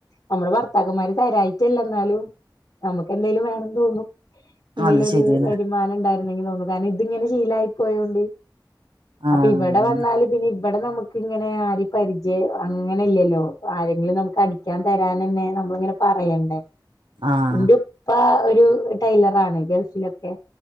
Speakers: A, on the left; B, on the right.
A: നമ്മടെ ഭർ അമാര് തരായിട്ടല്ല എന്നാലും നമുക്ക് എന്തേലും വേണംന്ന് തോന്നും എന്തെലുഒരുവരുമാനം
B: അത് ശരിയാണ്
A: ഉണ്ടായിരുന്നെങ്കി തോന്നും കാരണം ഇതിങ്ങനെ ശീലായിപോയോണ്ട്
B: ആഹ്
A: അപ്പൊ ഇവിടെ
B: അതന്നെ
A: വന്നാല് പിന്നെ ഇവിടെ നമ്മ ഇപ്പ ഇങ്ങനെ ആര് പരിചയം അങ്ങനെല്ലല്ലോ ആരെങ്കിലും നമുക്ക് അടിക്കാൻ തരാൻ തന്നെ നമ്മളിങ്ങനെ പറയണ്ടേ
B: ആഹ്
A: എന്റെ ഉപ്പ ഒരു ടൈലറാണ് ഗൾഫിലൊക്കെ